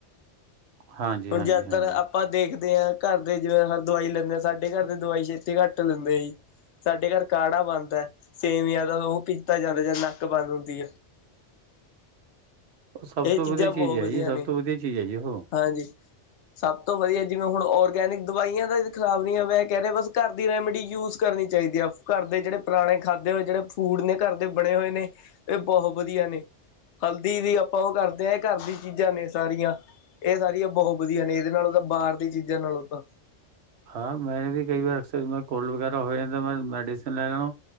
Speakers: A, on the right; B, on the left.
A: ਹਾਂਜੀ,
B: ਹੁਣ
A: ਹਾਂਜੀ,
B: ਜਾਦਾਤਰ-
A: ਹਾਂਜੀ।
B: ਆਪਾ ਦੇਖਦੇ ਆਂ, ਘਰ ਦੇ ਜਿਵੇ ਹ ਦਵਾਈ ਲੈਂਦੇ ਆ ਸਾਡੇ ਘਰ ਦੀ ਦਵਾਈ ਛੇਤੀ ਘੱਟ ਲੈਦੇ ਸੀ। ਸਾਡੇ ਘਰ ਕਾੜਾ ਬੰਨਦਾ ਸੇਵੀਆਂ ਦਾ, ਓ ਪੀਤਾ ਜਾਂਦਾ ਜਦ, ਨੱਕ ਬੰਦ ਹੁੰਦੀਏ।
A: ਉਹ ਸਭ
B: ਏ
A: ਤੋਂ
B: ਚੀਜ਼ਾਂ
A: ਵਧੀਆ ਚੀਜ਼
B: ਬਓ ਵਧੀਆ
A: ਹੈ ਜੀ ਸਭ
B: ਨੇ,
A: ਤੋਂ ਵਧੀਆ ਚੀਜ਼ ਹੈ ਜੀ ਉਹ।
B: ਹਾਂਜੀ। ਸਭ ਤੋਂ ਵਧੀਆ ਜਿਵੇਂ ਹੁਣ ਔਰਗੈਨਿਕ ਦਵਾਈਆਂ ਦਾ ਖ਼ਰਾਬ ਨ ਹੋਵੇ, ਮੈਂ ਕੈ ਰੇਯਾ ਬਸ ਘਰ ਦੀ ਰੈਮਡੀ ਯੂਜ ਕਰਨੀ ਚਾਈਦੀ ਏ। ਘਰ ਦੇ ਜੇੜੇ ਪੁਰਾਣੇ ਖਾਧੇ ਹੋਏ ਜੇੜੇ ਫੂਡ ਨੇ ਘਰ ਦੇ ਬਣੇ ਹੋਏ ਨੇ, ਇਹ ਬਓ ਵਧੀਆ ਨੇ। ਹਲਦੀ ਵੀ ਆਪਾਂ ਓ ਕਰਦੇ ਆਂ, ਆਪਾਂ ਘਰ ਦੀ ਚੀਜ਼ਾਂ ਨੇ ਸਾਰੀਆਂ। ਏ ਸਾਰੀਆਂ ਬਹੁਤ ਵਧੀਆ ਨੇ, ਏਦੇ ਨਾਲੋਂ ਤਾਂ ਬਾਰ ਦੀਆਂ ਚੀਜ਼ਾਂ ਨਾਲੋਂ ਤਾਂ।
A: ਹਾਂ, ਮੈਂ ਵੀ ਕਈ ਵਾਰ ਅਕਸਰ ਕੋਲਡ ਵਗੈਰਾ ਹੋ ਜਾਂਦਾ, ਮੈਂ ਮੈਡੀਸਨ ਲੈ ਲੈਣਾ।